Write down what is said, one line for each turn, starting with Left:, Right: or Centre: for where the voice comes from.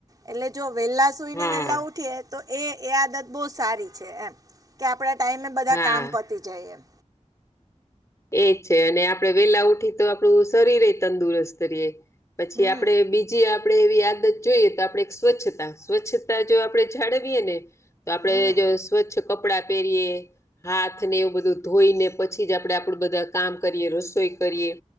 Right: એટલે જો વેહલા સુઈને
Left: હા
Right: વેહલા ઉઠીએ તો એ એ આદત બો સારી છે એમ. કે આપણે ટાઈમે બધા
Left: હા
Right: કામ પતી જાય એમ.
Left: એજ છે અને આપણે વેલા ઉઠયે તો આપણું શરીર એ તંદુરસ્ત રેય. પછી
Right: હમ
Left: આપડે બીજ જે આપણે એવી આદત જોઈએ તો આપણે સ્વચ્છતા. સ્વચ્છતા જો આપણે જાળવીએ ને તો આપણે
Right: હમ
Left: જ સ્વચ્છ કપડાં પહેરીએ હાથને એવું બધું ધોઈને પછી જ આપણેે આપડ બધા કામ કરીએ રસોઈ કરીએ